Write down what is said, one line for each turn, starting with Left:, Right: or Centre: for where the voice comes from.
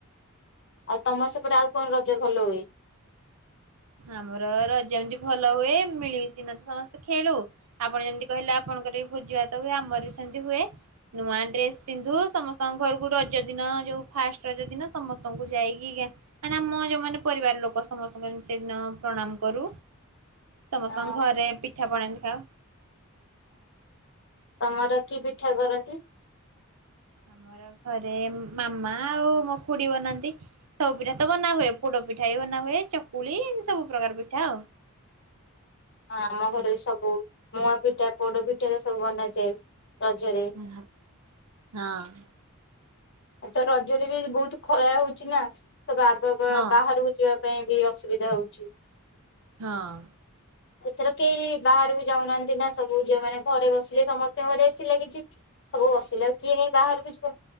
Left: ଆଉ ତମ ସେପରେ ଆଉ କଣ ରଜ ଭଲ ହୁଏ।
Right: ଆମର ରଜମିତି ଭଲ ହୁଏ ମିଳିମିଶିନା ତ ସମସ୍ତେ ଖେଳୁ। ଆପଣ ଯେମିତି କହିଲେ ଆପଣଙ୍କର ବି ଭୋଜି ଭାତ ହୁଏ ଆମର ବି ସେମତି ହୁଏ। ନୂଆ ଡ୍ରେସ୍ ପିନ୍ଧୁ ସମସ୍ତଙ୍କ ଘରକୁ ରଜ ଦିନ ଯେଉ ଫାଷ୍ଟ ରଜ ଦିନ ସମସ୍ତଙ୍କୁ ଯାଇକି ମାନେ ଆମ ଯୋଉ ମମାନେ ପରିବାର ଲୋକ ସମସ୍ତଙ୍କୁ ଏମତି ସେଦିନ ପ୍ରଣାମ କରୁ। ସମସ୍ତଙ୍କ
Left: ହ
Right: ଘରେ ପିଠାପଣା ଏମିତି ଖାଉ।
Left: ତମର କି <unintelligible>
Right: ଆମର ଘରେ ମାମା ଆଉ ମୋ ଖୁଡି ବନାନ୍ତି। ସବୁ ପିଠା ତ ବନା ହୁଏ ପୋଡ ପିଠା ବି ବନା ହୁଏ ଚକୁଳି ସବୁ ପ୍ରକାର ପିଠା ଆଉ।
Left: ହଁ ଆମ ଘରେ ସବୁ ମୁୂଆ ପିଠା ପୋଡ ପିଠା ସବୁ ବନାଯାଏ ରଜରେ।
Right: ହଁ ହଁ।
Left: ଆଉ ତ ରଜରେ ବି ବହୁତ ଖୟା ହଉଛି ନା ତବ ଆଗକୁ
Right: ହଁ
Left: ବାହାରକୁ ଯିବାକୁ ପାଇଁ ବି ଅସୁବିଧା ହଉଛି।
Right: ହଁ।
Left: <unintelligible> ଏଥର କେହି ବାହାରକୁ ଯାଉନାହାନ୍ତି ନା ସବୁ ଝିଅ ମାନେ ଘରେ ବସିଲେ ସମସ୍ତଙ୍କ ଘରେ ଆସି ଲାଗିଛି। ସବୁ ବସିଲା ଆ କିଏ ନାାଇ ବାହାରକୁ ଯିବ।